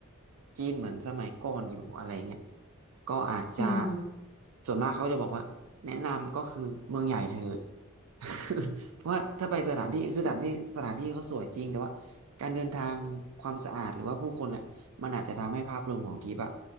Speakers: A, on the right; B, on the left.
A: จีนเหมือนสมัยก่อนอยู่อะไรเงี้ยก็อาจจะ
B: อืม
A: ส่วนมากเขาจะบอกว่าแนะนำก็คือเมืองใหญ่เธอะ <laughs> เพราะว่าถ้าไปสถานที่คือสถานที่สถานที่เขาสวยจริงแต่ว่าการเดินทางความสะอาดหรือว่าผู้คนอ่ะมันอาจจะทำให้ภาพรวมของทริปอะ